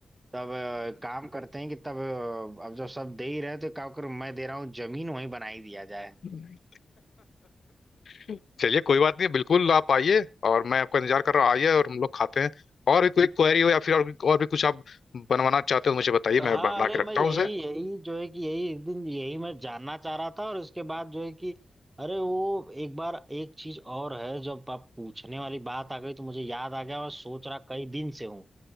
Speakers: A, on the right; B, on the left.
A: तब अ, काम करते हैं कि तब अ, अब जब शब्द दे ही रहे हैं तो क्या करूं मैं दे रहा हूँ जमीन वहीं बना ही दिया जाए
B: हम्म <laughs> चलिए कोई बात नहीं बिल्कुल आप आइए और मैं आपका इंतजार कर रहा हूँ आइए और हम लोग खाते हैं और भी कोई क्वेरी हो या फिर और, और भी कुछ आप बनवाना चाहते हो तो मुझे बताइए
A: हाँ
B: मैं बना
A: अरे
B: के रखता
A: मैं यही
B: हूँ उसे
A: यही जो है कि यही एक दिन यही मैं जानना चाह रहा था और उसके बाद जो है कि अरे वो एक बार एक चीज और है जब आप पूछने वाली बात आ गई तो मुझे याद आ गया और सोच रहा कई दिन से हूँ